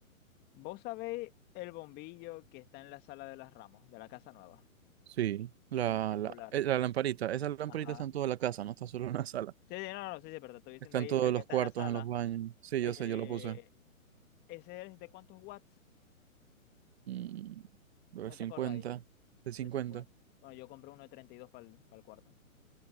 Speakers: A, on the left (about 25°); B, on the right (about 45°).
A: Vos sabéis el bombillo que está en la sala de las Ramos, de la casa nueva.
B: Sí, la,
A: que Es circular.
B: la, eh, la lamparita. Esa lamparita
A: Ajá.
B: está en toda la casa, no está solo en la sala.
A: Sí, sí, no, no, no, sí, sí, pero te estoy diciendo
B: Está
A: ahí
B: en todos
A: el que
B: los
A: está
B: cuartos,
A: en la sala.
B: en los baños. Sí,
A: Eh,
B: yo sé, yo la puse.
A: ¿ese es de cuántos watts?
B: Mm, de
A: ¿No
B: 50,
A: te acordáis?
B: de 50,
A: De 50. Bueno, yo compré uno de 32 para el, cuarto.